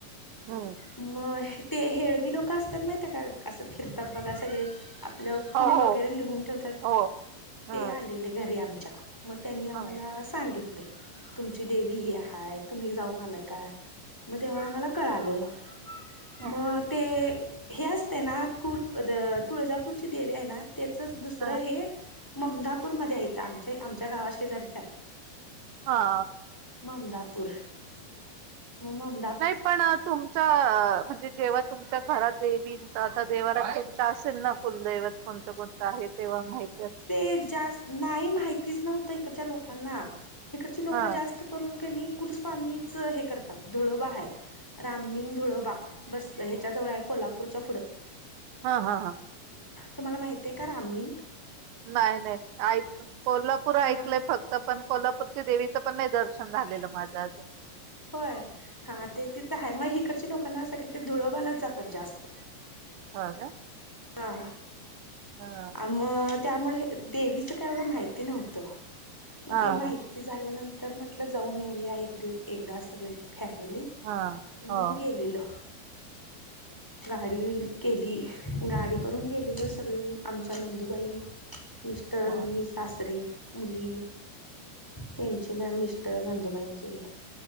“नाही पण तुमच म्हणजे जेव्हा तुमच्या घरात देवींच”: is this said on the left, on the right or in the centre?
Right